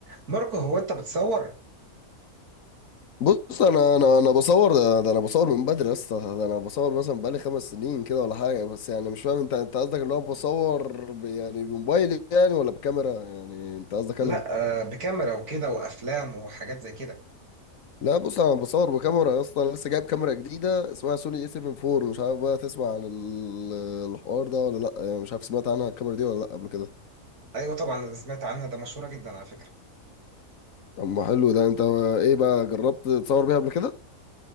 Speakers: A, on the right; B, on the left.
A: ماركو هو انت بتصور
B: بص انا انا انا بصور ده, ده انا بصور من بدري يا اسطى ده انا بصور مثلا بقالي خمس سنين كده ولا حاجه بس يعني مش فاهم انت انت قصدك اللي هو بصور ب- يعني بموبايلي يعني ولا بكاميرا يعني انت قصدك
A: لا
B: انهي
A: آه، بكاميرا وكده وافلام وحاجات زي كده
B: لا بص انا بصور بكاميرا يا اسطى انا لسه جايب كاميرا جديده اسمها سوني اي 74 مش عارف بقى تسمع عن ال- الحوار ده ولا لا يعني مش عارف سمعت عنها الكاميرا دي ولا لا قبل كده
A: ايوه طبعا انا سمعت عنها ده مشهوره جدا على فكره
B: اما حلو ده انت ايه بقى جربت تصور بيها قبل كده